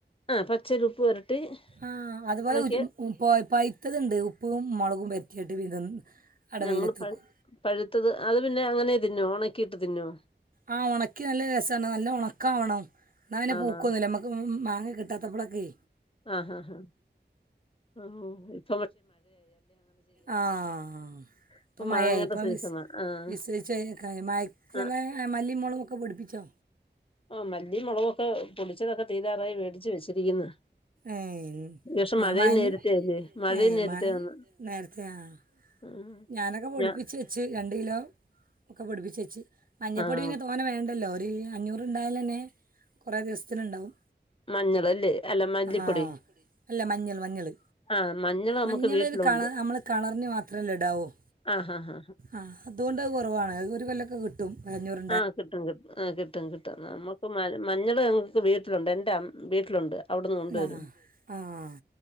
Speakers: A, on the left; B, on the right.
A: ആഹ് പച്ചേല് ഉപ്പ്‌ പെരട്ടി.
B: ആഹ് അതുപോലെ
A: ഉണക്കിയ
B: ഉ പൈത്തതുണ്ട് ഉപ്പും മൊളകും പരു റ്റിയിട്ട് വിത. അട
A: ഞങ്ങള്
B: വെയിലത്ത്
A: പ
B: വെക്കും
A: പഴുത്തത് അത് പിന്നെ അങ്ങനെ തിന്നോ ഉണക്കിയിട്ട് തിന്നോ?
B: ആഹ് ഉണക്കി നല്ല രസാണ് നല്ല ഉണക്കാവണം എന്ന അങ്ങനെ
A: ആണോ
B: പൂക്കൊന്നുല്ല മ്മ. ക്ക് മാങ്ങ കിട്ടാത്തപ്പളൊക്കെ.
A: ആഹ് ആഹ് ആഹ് ആ. <unintelligible>
B: ആഹ്. ഇപ്പം
A: ഇപ്പൊ
B: മയായ്
A: മാങ്ങയുടെ
B: ഇപ്പം
A: സീസണാ
B: വിസ്
A: ആഹ്
B: വിസൊയ്ച്ചമാരി. <unintelligible>
A: ആഹ്
B: ഏഹ് മല്ലിമൊളകുമൊക്കെ പൊടിപ്പിച്ചോ?
A: ആഹ് മല്ലി മൊളകൊക്കെ പൊടിച്ചതൊക്കെ തീരാറായി വേടിച്ച് വെച്ചിരിക്കുന്ന്.
B: ഏ
A: ഈ വർഷം
B: ഞാൻ
A: മഴേ
B: മഴ
A: നേരത്തെ അല്ല്യൊ മഴേ
B: ഏ
A: നേരത്തെ
B: മഴ
A: വന്ന്.
B: നേരത്തെ ആ
A: ഉം
B: ഞാനൊക്കെ പൊടിപ്പിച്ച്
A: ഞാ
B: വെച്ച്. രണ്ട് കിലോ ഒക്കെ പൊടിപ്പിച്ച് വെച്ച്. മഞ്ഞൾപ്പൊടി
A: ആഹ്
B: പിന്നെ തോ. ന്ന വേണ്ടല്ലോ ഒരു അഞ്ഞൂറ് ഉണ്ടായാലന്നെ കൊറേ ദിവസത്തിനുണ്ടാവും.
A: മഞ്ഞളല്ലേ അല്ലേ മല്ലിപ്പൊടി.
B: ആ അല്ല മഞ്ഞൾ മഞ്ഞള്
A: ആഹ് മഞ്ഞള് നമുക്ക്
B: മഞ്ഞൾരു
A: വീട്ടിലുണ്ട്
B: കള നമ്മള് കളറിന്ന് മാത്രല്ലേ ഇടാവൂ ഓഹ്.
A: ആഹ് ആഹ്
B: ആഹ് അതോണ്ട് അത് കൊറവാണ് അത് ഒരു കൊല്ലൊക്കെ കിട്ടും. ഒരഞ്ഞൂറ്
A: ആഹ് കിട്ടും കിട്ടും ആ കിട്ടും കിട്ടും നമ്മുക്ക് മ. മഞ്ഞള് ഞങ്ങൾക്ക് വീട്ടിലുണ്ട് എൻ്റെ അ വീട്ടിലുണ്ട്. അവിടുന്ന് കൊണ്ടുവരും
B: ന്നോ ആഹ്.